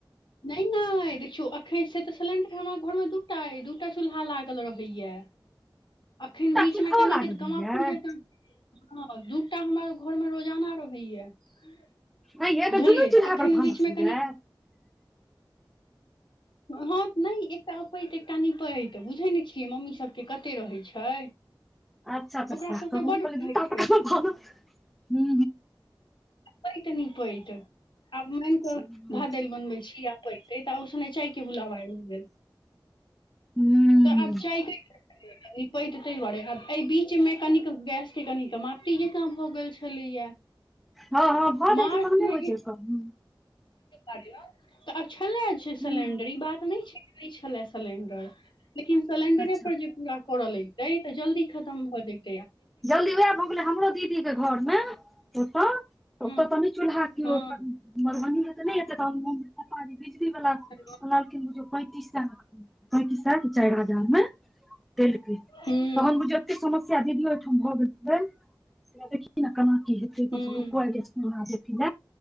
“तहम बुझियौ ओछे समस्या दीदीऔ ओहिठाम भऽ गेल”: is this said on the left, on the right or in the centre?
Centre